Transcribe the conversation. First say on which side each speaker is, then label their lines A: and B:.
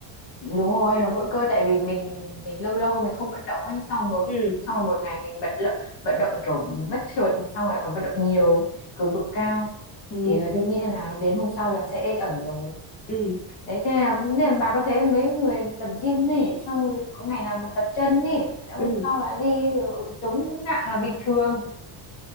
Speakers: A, on the left; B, on the left.
A: đúng rồi nó vỡ cơ tại vì mình mình lâu lâu mình không vận động ấy xong một
B: ừ
A: xong rồi một ngày mình bật lợ, vận động kiểu bất chợt xong rồi còn vận động nhiều cường độ cao
B: ừ
A: thì là đương nhiên là đến hôm sau là sẽ ê ẩm rồi
B: ừ
A: đấy cho nên là, nên là bà có thấy mấy người tập gym ấy xong rồi có ngày nào mà tập chân ấy hôm
B: ừ
A: sau là đi ờ, chống nặng là bình thường